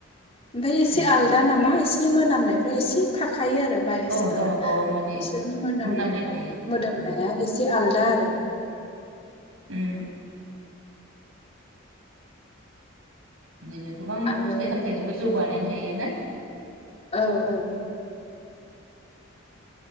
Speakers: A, on the left; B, on the right.
A: ओमफ्राय एसे
B: उम
A: आलदा नामा एसे एसे मोनामनायफ्रा एसे थाखा थायो आरो बायसफोरा
B: औ गावबागाव माने
A: बिसोरनि मोनामनायफ्रा
B: मोनामनाय थायो
A: मोदोमनाया
B: उम
A: एसे आलदा दा आरो
B: उम बिदिनो गोबां
A: आरो
B: फिथाइ सामथाइजोंबो जौ बानायनो हायो ना
A: औ औ